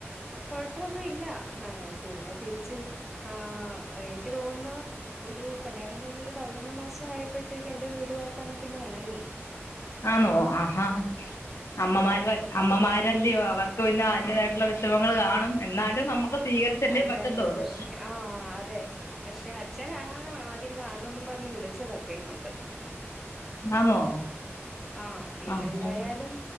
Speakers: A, in the centre; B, on the left (about 80°).
A: കൊഴപ്പൊന്നുല്ല ആഹ് പിന്നെ തിരിച്ച് ആ എനിക്ക് തോന്നുന്നു ഒരു കല്യാണം കഴിഞ്ഞ് ഒരു പതിനൊന്ന് മാസം ആയപ്പോഴത്തേക്ക് എൻ്റെ വീടുവായിട്ട് അങ്ങ് പിന്നെ എണങ്ങി
B: ആന്നോ ആഹാ അമ്മമാര്
A: ആ
B: <unintelligible>
A: ഉം
B: അമ്മമാരല്ലേയോ അവർക്ക് പിന്നെ അതിൻ്റെതായിട്ടു ള്ള വിഷമങ്ങൾ കാണും എന്നാലും നമുക്ക് സ്വീകരിച്ചല്ലേ
A: അതെ
B: പറ്റത്തുള്ളൂ
A: അതെ പക്ഷെ ആ അതെ പക്ഷെ അച്ഛനാണ് ആദ്യം കാണണന്നും പറഞ്ഞ് വിളിച്ചതൊക്കെ ഇങ്ങോട്ട്
B: ആന്നോ
A: ആ പിന്നെ
B: ആഹാ
A: എന്തായാലും